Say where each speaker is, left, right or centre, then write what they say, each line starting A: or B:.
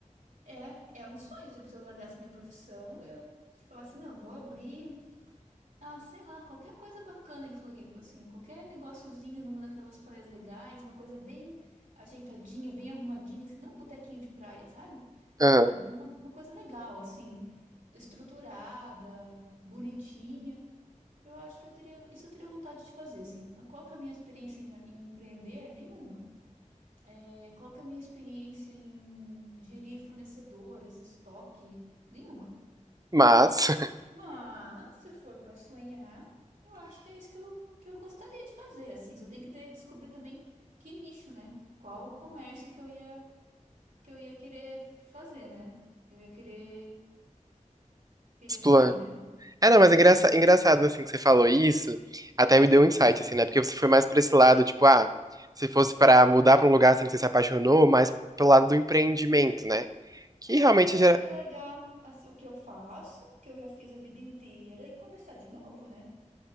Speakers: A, on the right (about 80°); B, on the right (about 30°).
A: é, é um sonho. Tipo, se eu largasse minha profissão, eu falasse, não, vou abrir. Ah, sei lá, qualquer coisa bacana em Floripa, assim, qualquer negóciozinho numa daquelas praias legais, uma coisa bem ajeitadinha, bem arrumadinha, assim, não um botequinho de praia, sabe?
B: Aham.
A: É uma, uma coisa legal, assim, estruturada, bonitinha. Eu acho que eu teria, isso eu teria vontade de fazer, assim. Ah, Qual que é a minha experiência em, em empreender? Nenhuma. É, qual que é a minha experiência em gerir fornecedores, estoque? Nenhuma.
B: Mas, <laughs>
A: Mas, se for para sonhar, eu acho que é isso que eu, que eu gostaria de fazer, assim. Só tem que ter- descobrir também que nicho, né? Qual comércio que eu ia, que eu ia querer fazer, né? Eu ia querer, queria
B: explana.
A: seguir, né?
B: É,
A: É.
B: não, mas engraça- engraçado, assim, que você falou isso, até me deu um insight, assim, né? Porque você foi mais pra esse lado, tipo, ah, se fosse pra mudar pra um lugar, assim, que você se apaixonou, mais pelo lado do empreendimento, né? Que
A: É,
B: realmente
A: porque daí eu teria que largar assim, o que eu faço, que eu já fiz a vida inteira, e começar de novo, né?